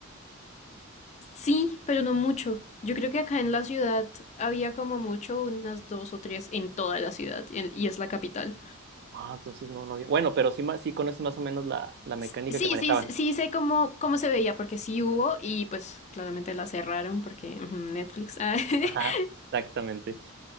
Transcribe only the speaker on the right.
Ah, entonces no, no había. Bueno, pero sí, ma- sí conoces más o menos la, la mecánica
que manejaban.
Ajá, exactamente.